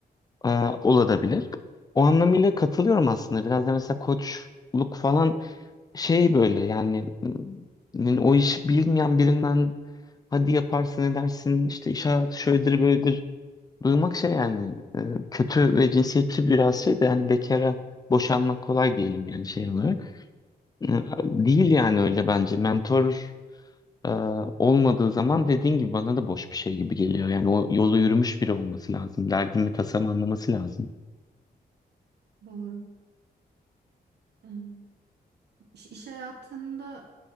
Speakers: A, on the left (about 20°); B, on the right (about 85°).
A: e, olabilir. O anlamıyla katılıyorum aslında. Biraz da mesela koçluk falan şey böyle yani m, o işi bilmeyen birinden hadi yaparsın edersin işte iş hayatı şöyledir böyledir duymak şey yani e, kötü ve cinsiyetçi biraz şey de yani bekara boşanmak kolay diyelim yani şey olarak. E, Değil yani öyle bence. Mentor e, olmadığı zaman dediğin gibi bana da boş bir şey gibi geliyor. Yani o yolu yürümüş biri olması lazım. Derdimi tasam anlaması lazım.
B: Doğru. Yani iş iş hayatında